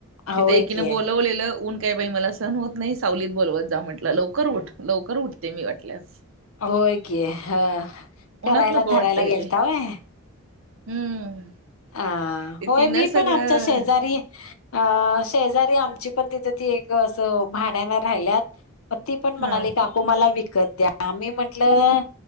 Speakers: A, on the left; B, on the right.
A: होय
B: इथं एकीनं
A: की
B: बोलवलेलं ऊन काय बाई मला सहन होत नाही सावलीत बोलवत जा म्हटलं लवकर उठ, लवकर उठते मी वाटल्यास.
A: होय की हं, करायला
B: उन्हात नको
A: धराय
B: वाटतं
A: ला गेल्ता
B: इथे
A: होय?
B: हम्म
A: हां.
B: ते
A: होय
B: तिन
A: मी
B: सगळं
A: पण आमच्या शेजारी, आं शेजार ए आमची पण तिथं ती एक असं भाड्यानं राहिल्यात. ती पण म्हणाली
B: हा
A: काकु मला विकत द्या, मी म्हटलं